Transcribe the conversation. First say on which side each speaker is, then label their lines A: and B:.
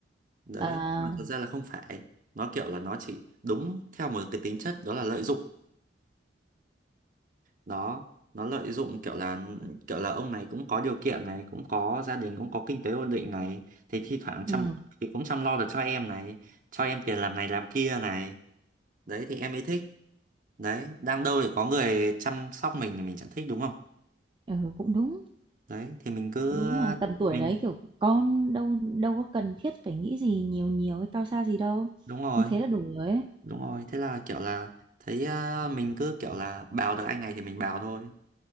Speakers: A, on the right; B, on the right.
A: đấy
B: à,
A: nhưng mà thật ra là không phải nó kiểu là nó chỉ đúng theo một cái tính chất đó là lợi dụng đó nó lợi dụng kiểu là kiểu là ông này cũng có điều kiện này cũng có gia đình cũng có kinh tế ổn định này thì thi thoảng chăm
B: ừ,
A: thì cũng chăm lo được cho em này cho em tiền làm này làm kia này đấy thì em mới thích đấy đang đâu để có người chăm sóc mình thì mình chẳng thích đúng không
B: ừ cũng đúng
A: đấy thì mình cứ
B: đúng mà tầm tuổi
A: mình
B: đấy kiểu con đâu đâu có cần thiết phải nghĩ gì nhiều nhiều hay cao xa gì đâu
A: đúng rồi
B: như thế là đủ rồi ấy
A: đúng rồi thế là kiểu là thấy ờ, mình cứ kiểu là bào được anh này thì mình bào thôi